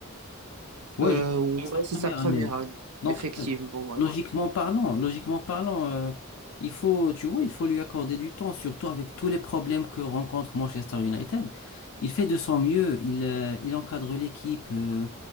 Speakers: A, on the left; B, on the right.
A: Ouais,
B: Euh,
A: je crois
B: ouais,
A: que c'est sa
B: c'est
A: première
B: sa première
A: année.
B: année.
A: Donc,
B: Effectivement,
A: euh,
B: ouais.
A: logiquement parlant, logiquement parlant, euh, il faut, tu vois, il faut lui accorder du temps, surtout avec tous les problèmes que rencontre Manchester United. Il fait de son mieux, il, euh, il encadre l'équipe, euh,